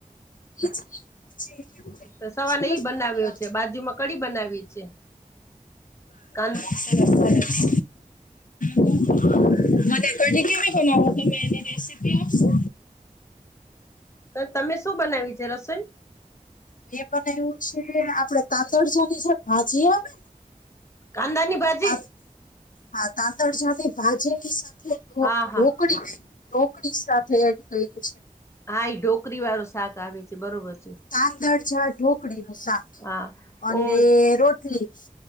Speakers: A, on the left (about 70°); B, on the left (about 20°).
A: <unintelligible> એટલા
B: તો સવારના એઈ
A: સરસ
B: બનાવ્યો
A: નથી આવતા
B: છે બાજુ માં કડી બનાવી છે કાન
A: સરસ સરસ <unintelligible> મને કઢી કેવી બનાવો એની રેસિપી આપશો
B: તમે શું બનાવી્ છે રસોઈ
A: મે બનાવ્યું છે જે આપડે તાંદલજા ની જે ભાજી આવે ને
B: કાંદાની ભાજી
A: તાં હા તાંદલજા ની ભાજી ની સાથે ઢોકળી
B: હા હા
A: ગ ઢોકળી સાથે એડ કરી છે
B: હા એ ઢોકરી વાળું શાક આવે છે બરોબર છે
A: તાંદલજા ને ઢોકળી નું શાક
B: હા
A: અને
B: ઓકે
A: રોટલી